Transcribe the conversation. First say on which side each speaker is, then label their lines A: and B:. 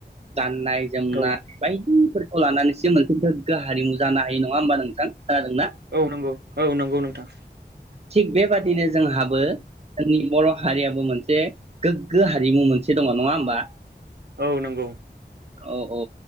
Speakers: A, on the right (about 35°); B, on the right (about 70°).
A: गान गाननाय जोमनाय
B: औ
A: बायदिफोरखौ लानानैसो मोनसे गोग्गो हारिमु जानो हायो नङा होमबा नोंथां? खोनादोंना
B: औ नंगौ औ नंगौ नोंथां।
A: थिग बेबादिनो जोंहाबो जोंनि बर हारियाबो मोन से गोग्गो हारिमु मोनसे दङ नङा होमबा?
B: औ नंगौ।
A: औ औ